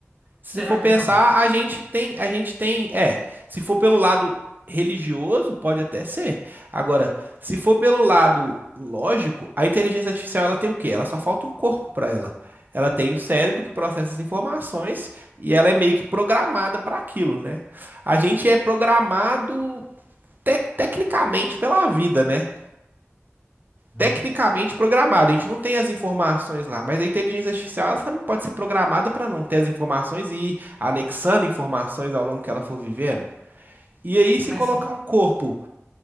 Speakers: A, on the right; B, in the centre.
A: Se
B: Será
A: for
B: que
A: pensar,
B: não?
A: a gente tem, a gente tem, é, se for pelo lado religioso, pode até ser. Agora, se for pelo lado lógico, a inteligência artificial ela tem o quê? Ela só falta um corpo para ela. Ela tem o cérebro que processa as informações e ela é meio que programada para aquilo, né? A gente é programado te- tecnicamente pela vida, né?
B: Uhum.
A: tecnicamente programado. A gente não tem as informações lá, mas a inteligência artificial ela também pode ser programada para não ter as informações e ir anexando informações ao longo que ela for vivendo. E aí, se
B: Mas
A: colocar
B: se-
A: um corpo,